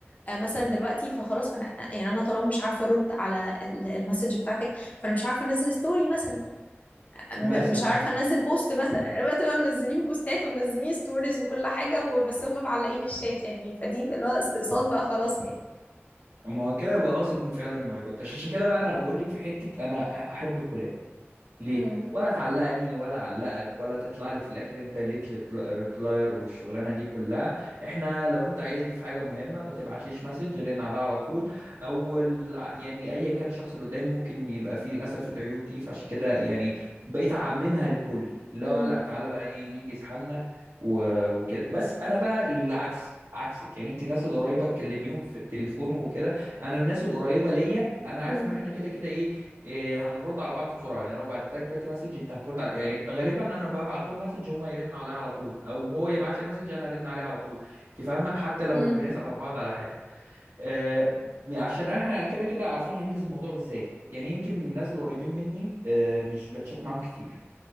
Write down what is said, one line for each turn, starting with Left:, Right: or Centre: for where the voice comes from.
Left: آه، مثلا دلوقتي فخلاص فانا يعني انا طالما مش عارفه ارد على ال- المسج بتاعتك فانا مش عارفه انزل ستوري مثلا م-
Right: مثلا
Left: مش عارفه انزل بوست مثلا انا بقى تبقى منزلين بوستات ومنزلين ستوريز وكل حاجه وبس هم معلقين الشات يعني فدي بقى اللي هو استقصاد بقى خلاص يعني
Right: ما هو كده يبقى قاصد فعلا ما يردش عشان كده بقى انا بقول لك في حته انا احب الكلاب ليه
Left: مم.
Right: ولا تعلقني ولا علقك ولا تطلع لي في الاخر انت ليت ريبلاير والشغلانه دي كلها احنا لو انت عايزني في حاجه مهمه ما تبعتليش مسج رن عليها على طول او ال- يعني ايا كان الشخص اللي قدامي ممكن يبقى فيه للاسف العيوب دي فعشان كده يعني بقيت اعممها للكل لا
Left: مم.
Right: لا تعالى بقى ايه ننجز حالنا و- وكده بس انا بقى العكس عكسك يعني انت الناس القريبه تكلميهم في التليفون وكده انا الناس القريبه ليا انا عارف
Left: مم.
Right: ان احنا كده كده ايه, إيه هنرد على بعض بسرعه يعني أنا لو بعت لك دلوقتي مسج انت هترد على يعني غالبا انا ببعت لهم مسج هما يرن عليا على طول او هو يبعت لي مسج انا هرن عليه على طول انت فاهمه حتى لو
Left: مم.
Right: بنسال على بعض على حاجه آه عشان احنا كده كده عارفين هنجز الموضوع ازاي يعني يمكن الناس القريبين مني آه مش بتشات معاهم كتير